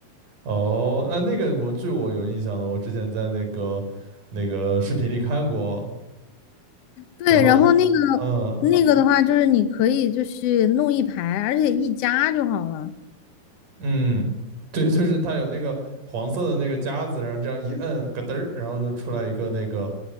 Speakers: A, on the right; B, on the left.
A: 哦，那那个模具我有印象的，我之前在那个那个视频里看过
B: 对，
A: 然后，
B: 然后那个那个的话，
A: 嗯
B: 就是你可以就是弄一排，而且一夹就好了。
A: 嗯，对，就是它有那个黄色的那个夹子，然后这样一摁，咯噔儿，然后就出来一个那个